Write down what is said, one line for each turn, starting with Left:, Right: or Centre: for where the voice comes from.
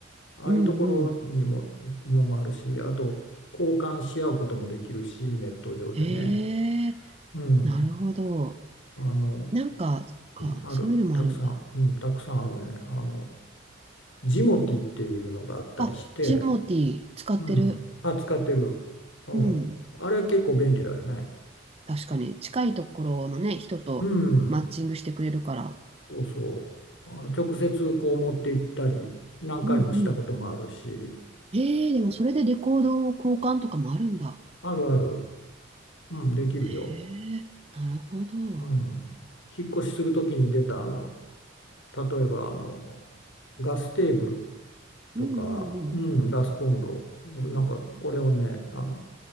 Left: ああいうところにも、
Right: うんうん。
Left: のもあるし、あと交換し合うこともできるし、ネット上でね。
Right: へえ、
Left: うん。
Right: なるほど。
Left: あの、
Right: なんか、そっか、
Left: うんある、
Right: そういうのもあるんだ。
Left: たくさん、うん、たくさんあるね。あの、ジモティっていうのがあったりして、
Right: あ、ジモティー使ってる。
Left: うん。あ、使ってる。うん。
Right: うん。
Left: あれ結構便利だよね。
Right: 確かに、近いところのね、人とマッチングしてくれるから。
Left: うん。そうそう。あの直接こう持って行ったり、何回もしたこともあるし、
Right: うんうん。へえ、でもそれでレコード交換とかもあるんだ。
Left: あるある、うん、できるよ。
Right: へえ、なるほど。
Left: うん。引っ越しするときに出た、あの、例えば、あの、ガステーブルとか、
Right: うんうんうん。
Left: うん、ガスコンロ、なんか、これをね、あの、